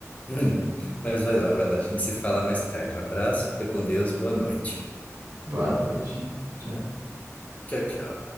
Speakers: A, on the left; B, on the right.
A: <laughs> Mas vai lá, vai lá, a gente se fala mais tarde. Um abraço, fica com Deus, boa noite.
B: Boa noite. Tchau.
A: Tchau, tchau.